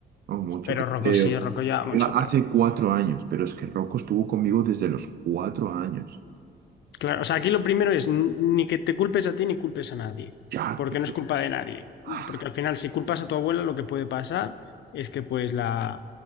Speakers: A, on the right (about 55°); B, on the left (about 65°).
A: no mucho.
B: Pero Rocco
A: creo
B: sí, Rocco lleva mucho,
A: hace
B: pero
A: cuatro años, pero es que Rocco estuvo conmigo desde los cuatro años.
B: Claro, o sea, aquí lo primero es n- ni que te culpes a ti ni culpes a nadie,
A: Ya,
B: porque
A: pe-
B: no es culpa de nadie.
A: ah,
B: Porque al final, si culpas a tu abuela, lo que puede pasar es que pues la,